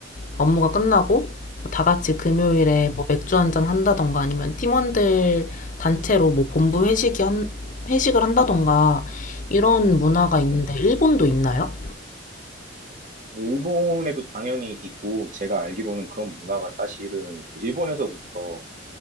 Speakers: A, on the left (about 40°); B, on the right (about 40°).
A: 업무가 끝나고
B: 음,
A: 뭐다 같이 금요일에 뭐 맥주 한 잔 한다던가 아니면 팀원들 단체로 뭐 본부 회식이 한, 회식을 한다던가 이런 문화가 있는데
B: 음, 음.
A: 일본도 있나요?
B: 일본에도 당연히 있고 제가 알기로는 그런 문화가 사실은 일본에서부터